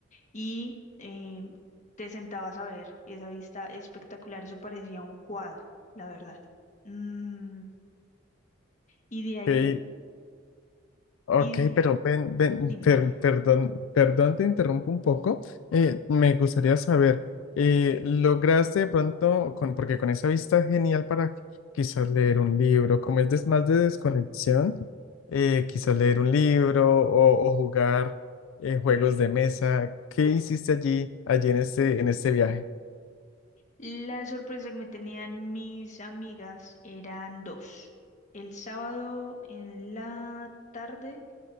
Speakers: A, on the left; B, on the left.
A: y eh, te sentabas a ver esa vista espectacular. Eso parecía un cuadro, la verdad. Mm, y de ahí,
B: Ok, ok,
A: y di-
B: pero ven, ven,
A: dime,
B: per-
A: dime.
B: perdón, perdón, te interrumpo un poco. Eh, me gustaría saber, eh, ¿lograste de pronto, con, porque con esa vista es genial para quizás leer un libro, como es des- más de desconexión, eh, quizás leer un libro o, o jugar eh, juegos de mesa? ¿Qué hiciste allí, allí en este, en este viaje?
A: La sorpresa que me tenían mis amigas eran dos. El sábado en la tarde